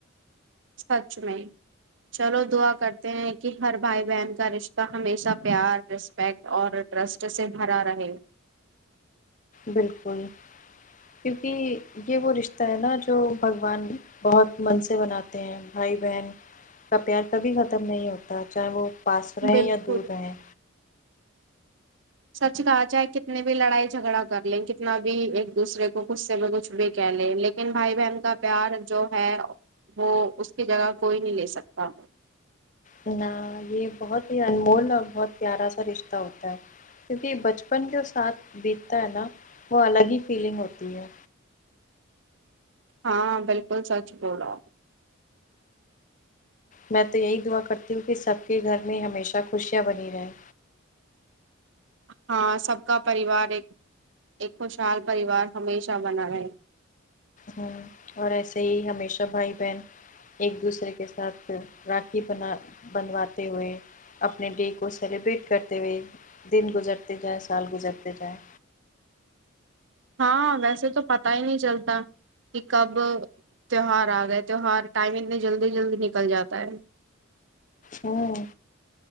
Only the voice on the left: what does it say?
بالکل کیونکہ یہ وہ رشتہ ہے نا جو بھگوان بہت من سے بناتے ہیں بھائی بہن کا پیار کبھی ختم نہیں ہوتا چاہے وہ پاس رہیں
یا دور رہیں
نہ یہ بہت ہی انمول اور بہت پیارا سا رشتہ ہوتا ہے کیونکہ بچپن کے ساتھ بیتتا ہے نا وہ الگ ہی فیلنگ ہوتی ہے
میں تو یہی دعا کرتی ہوں کہ سب کے گھر میں ہمیشہ خوشیاں بنی رہیں
ہاں اور ایسے ہی ہمیشہ بھائی بہن ایک دوسرے کے ساتھ راکھی بنا بنواتے ہوئے اپنے ڈے کو سیلیبریٹ کرتے ہوئے دن گزرتے جائیں سال گزرتے جائیں
ہوں